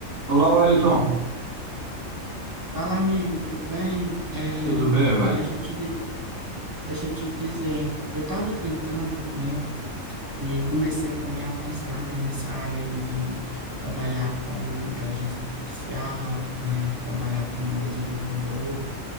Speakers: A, on the right; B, on the right.
A: Olá, Wellington.
B: Fala, amigo, tudo bem? É,
A: Tudo bem, Wellington?
B: deixa eu te, di- deixa eu te dizer, eu estava tentando, né, e comecei também a pensar, né, nessa área aí de trabalhar com inteligência artificial, né, trabalhar como desenvolvedor.